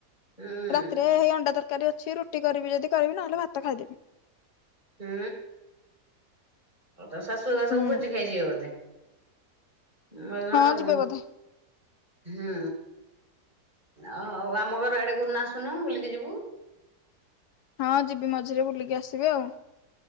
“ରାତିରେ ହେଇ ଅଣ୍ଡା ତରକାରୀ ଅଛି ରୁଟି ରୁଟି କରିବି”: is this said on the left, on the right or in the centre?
Left